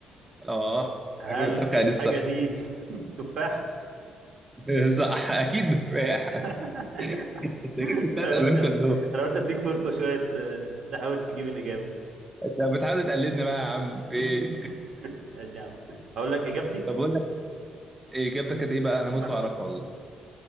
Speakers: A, on the right (about 15°); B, on the right (about 70°).
A: اه
B: هل
A: انا كنت متوقع
B: الحاجة
A: دي الصراحه
B: دي <laughs> تفاح؟
A: <laughs> صح اكيد بتفاح <laughs>
B: <laughs>
A: انت جبت الثلاث
B: أنا
A: الوان
B: قلت
A: كلهم
B: أنا قلت أديك فرصة شوية ت- تحاول تجيب الإجابة
A: انت بتحاول تقلدني بقى يا عم في
B: <laughs>
A: ايه
B: ماشي يا عم أقول لك إجابتي
A: طب اقول لك إيه، اجابتك كانت ايه بقى انا
B: المحشي
A: موت واعرفها والله